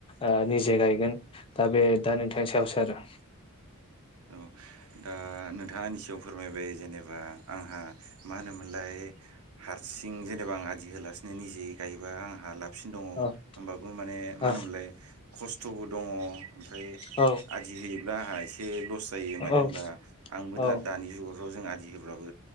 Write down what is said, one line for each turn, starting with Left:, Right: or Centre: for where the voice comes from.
Left: ओ निजे गायगोन दा बे दा नोंथांनि सायावसो आरो।
Right: औ दा नोंथाङा आंनि सायाव फोरमायबाय जेनेबा आंहा मा होनोमोनलाय हारसिं जेनेबा आं आदि होलासि निजेयै गायोबा आंहा लाब सिन दङ
Left: औ
Right: होमबाबो माने मा
Left: औ
Right: होनोमोनलाय खस्थबो दङ ओमफ्राय
Left: औ
Right: आदि होयोब्ला आंहा एसे लस जायो
Left: औ
Right: मानो होनबा आंबो
Left: औ
Right: दा दानि जुगावथ आ दि होब्लाबो